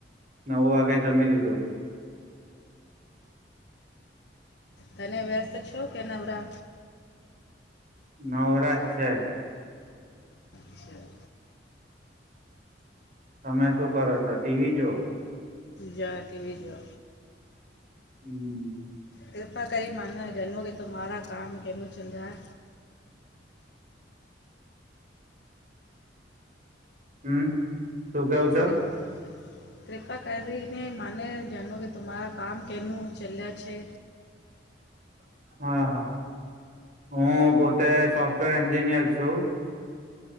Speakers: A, on the right; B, on the left.
A: નવ વાગે જમી લિધું
B: તને વ્યસ્ત છો કે નવરા
A: નવરાજ છે
B: અચ્છા
A: તમે શું કરો છો ટીવી જુઓ
B: જા ટીવી જો
A: <unintelligible>
B: કૃપા કરી મને <unintelligible> કે તુમ્હારા કામ કેનો ચલરહા
A: હું શું કઉ છો
B: કૃપ- કૃપા કરીને મને <unintelligible> કે તમારા કામ કેનું ચલ્યા છે
A: હા હા હું પોતે સોફ્ટવેર એન્જીિનિયર છું